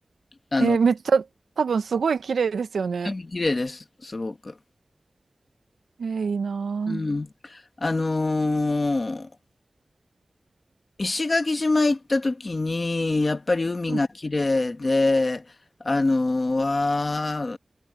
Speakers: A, on the left; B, on the right.
A: あの、
B: えーめっちゃ、多分すごい綺麗ですよね。
A: 海綺麗です、すごく。
B: えーいいな
A: うん。あのー石垣島行った時に、やっぱり海が綺麗で、
B: ぁうん
A: あの、わあ、